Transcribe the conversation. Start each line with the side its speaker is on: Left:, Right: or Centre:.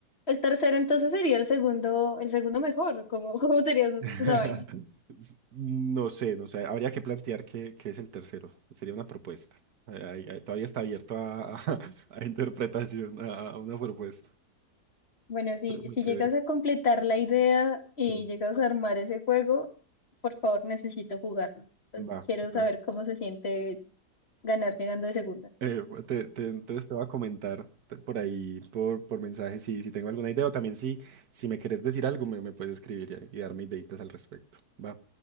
Left: El tercero entonces sería el segundo, el segundo mejor. ¿Cómo, <laughs> cómo sería esa,
Right: <laughs>
Left: esa vaina?
Right: S- No sé, no sé. Habría que plantear qué, qué es el tercero. Sería una propuesta. Ahí- ahí- ahí todavía está abierto a, a- <laughs> a interpretación, a, a una propuesta.
Left: Bueno, si,
Right: Pero muy
Left: si
Right: chévere.
Left: llegas a completar la idea y
Right: Sí,
Left: llegas a armar ese juego, por favor, necesito jugarlo. Eh,
Right: va,
Left: Quiero
Right: va.
Left: saber cómo se siente ganar llegando de segundas.
Right: Eh, pues, te- te- entonces te voy a comentar te- por ahí, por, por mensaje, si, si tengo alguna idea o también si, si me quieres decir algo, me, me puedes escribir y, y darme ideitas al respecto. Va.